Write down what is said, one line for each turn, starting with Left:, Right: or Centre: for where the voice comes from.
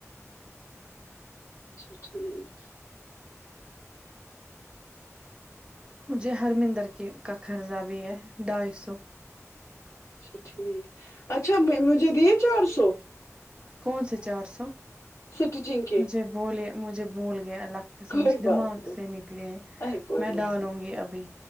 Left: اچھا ٹھیک
Right: مجھے ہرمندر کے کا قرضہ بھی ہے ڈھائی سو
Left: اچھا ٹھیک اچھا مجھے دیے چار سو
Right: کون سے چار سو
Left: سٹی جنک
Right: مجھے بولے مجھے بول گیا اللہ کے سمجھ
Left: کوئی بات
Right: دماغ
Left: نہیں
Right: سے نکلے
Left: ارے کوئی
Right: میں
Left: بات
Right: ڈالالوں
Left: نہیں
Right: گی ابھی